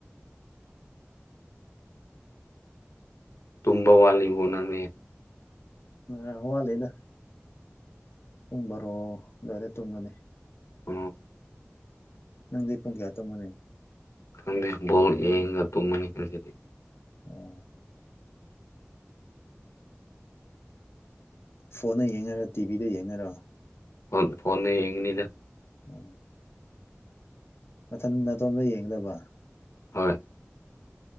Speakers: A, on the left; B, on the left.
A: ꯕꯋꯥꯂꯤꯕ ꯅꯅꯦ
B: ꯑ ꯍ ꯂꯩꯦꯗ ꯄꯨꯡ ꯕꯔꯣ ꯑꯗꯨꯋꯥꯏꯗ ꯇꯨꯝꯒꯅꯤ
A: ꯑꯣ
B: ꯅꯪꯗꯤ ꯄꯨꯡ ꯀꯌꯥ ꯇꯣꯡꯕꯅꯤ
A: ꯁꯗꯕꯣꯜ ꯌꯦ ꯉ ꯇꯨꯝꯃꯅꯤꯁꯤꯗꯤ
B: ꯑꯣ ꯐꯣꯟꯗ ꯌꯦꯡꯅꯔ ꯇꯤꯚꯤꯗ ꯌꯦꯡꯅꯔ
A: ꯐ ꯐꯣꯟꯣꯟ ꯌꯦꯉꯅꯤꯅ
B: ꯎꯝ ꯃꯊꯟ ꯑꯇꯣꯝꯗ ꯌꯦꯡꯗꯕ
A: ꯍꯣꯏ